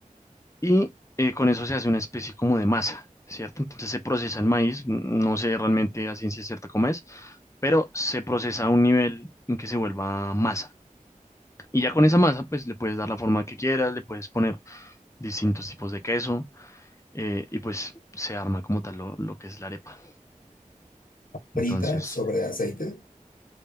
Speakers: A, on the left; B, on the left.
A: y eh, con eso se hace una especie como de masa, ¿cierto? Entonces se procesa el maíz, n- no sé realmente a ciencia cierta cómo es, pero se procesa a un nivel en que se vuelva masa. Y ya con esa masa, pues le puedes dar la forma que quieras, le puedes poner distintos tipos de queso eh, y pues se arma como tal lo, lo que es la arepa. Entonces,
B: Frita sobre aceite.